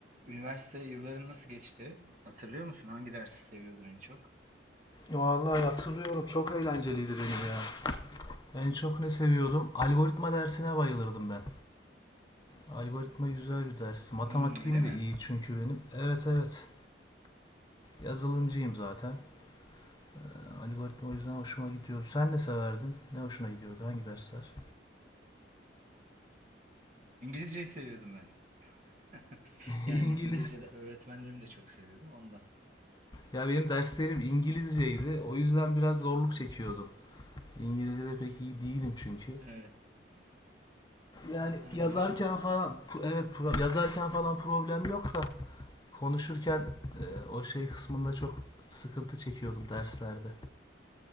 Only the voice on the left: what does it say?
Vallahi hatırlıyorum çok eğlenceliydi benim ya. En çok ne seviyordum? Algoritma dersine bayılırdım ben. Algoritma güzel bir ders. Matematiğim
de iyi çünkü benim. Evet evet. Yazılımcıyım zaten. Ee, Algoritma o yüzden hoşuma gidiyordu. Sen ne severdin? Ne hoşuna gidiyordu? Hangi dersler?
<laughs>
İngiliz.
Ya benim derslerim İngilizceydi. O yüzden biraz zorluk çekiyordum. İngilizce'de pek iyi değilim çünkü.
Yani
yazarken
falan evet pro- yazarken falan problem yok da konuşurken e, o şey kısmında çok sıkıntı çekiyordum derslerde.